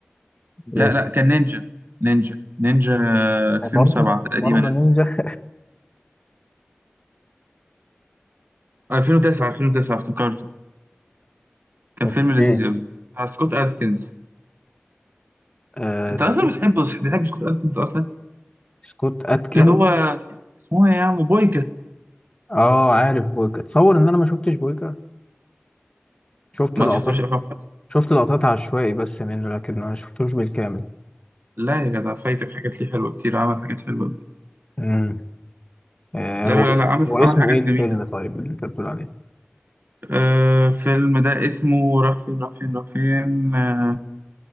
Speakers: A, on the left; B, on the right.
A: ايه
B: لا لا كان نينجا نينجا نينجا 2007
A: برضه
B: تقريبا
A: برضه نينجا
B: 2009 2009 افتكرته كان
A: <laughs> اوكي
B: فيلم لذيذ قوي بتاع سكوت ادكنز
A: آه
B: انت
A: سكوت
B: اصلا بتحب بتحب سكوت ادكنز اصلا
A: سكوت اتكن
B: اللي هو اسمها ايه يا عم بويكا
A: اه عارف بويكا اتصور ان انا ما شفتش بويكا شفت
B: ما
A: لقطات
B: شفتوش افلام خالص
A: شفت لقطات عشوائي بس منه لكن ما شفتوش بالكامل
B: لا يا جدع فايتك حاجات ليه حلوه كتير عمل حاجات حلوه أوي.
A: امم آه
B: لا
A: هو
B: لا لا
A: اسم
B: لا، عمل
A: هو
B: عمل
A: اسمه
B: حاجات
A: ايه الفيلم
B: جميله
A: طيب اللي انت بتقول عليه
B: آه فيلم ده اسمه راح فين راح فين راح فين آه